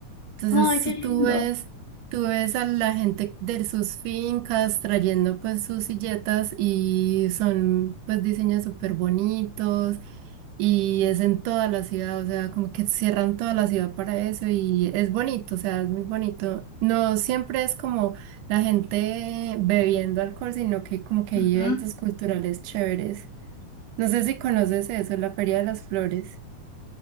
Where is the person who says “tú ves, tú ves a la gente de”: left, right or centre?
Right